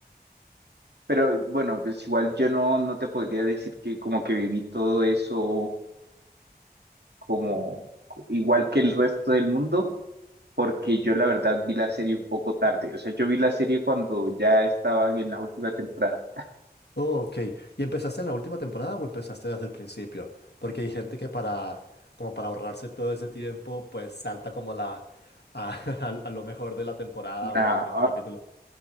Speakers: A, on the right; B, on the left.
A: Pero bueno, pues igual yo no, no te podría decir que como que viví todo eso como igual que el resto del mundo. porque yo la verdad vi la serie un poco tarde. O sea, yo vi la serie cuando ya estaban en la última temporada.
B: Oh, ok. ¿Y empezaste en la última temporada o empezaste desde el principio? Porque hay gente que para, como para ahorrarse todo ese tiempo, pues salta como la, a, <laughs> a lo mejor de la temporada
A: No,
B: o al mejor capítulo.